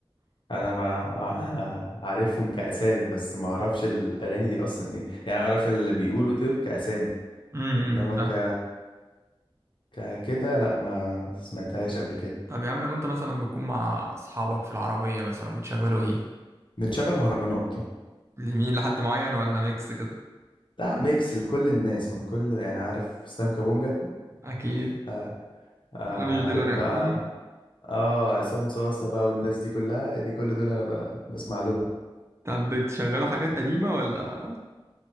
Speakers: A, on the left; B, on the right.
A: انا ما <laughs> عارفهم كاسامي بس ما اعرفش الاغاني دي اصلا ايه يعني اعرف اللي بيقولوا دول كاسامي
B: امم
A: انما ك...
B: فاهم
A: ك- كده لا ما سمعتهاش قبل كده
B: طب يا عم لما انت مثلا بتكون مع اصحابك في العربية مثلا بتشغلوا ايه
A: بنشغل مهرجانات
B: لمين لحد معين ولا ميكس كده
A: <laughs> لا ميكس لكل الناس من كل يعني عارف اسلام كابونجا
B: اكيد
A: عارف آه آه،
B: انا مش دي
A: عارف
B: اللي هريحكم
A: بقى اه عصام صاصة بقى والناس دي كلها دي كل دول انا ب... بسمع لهم
B: طب بتشغلوا حاجات قديمة ولا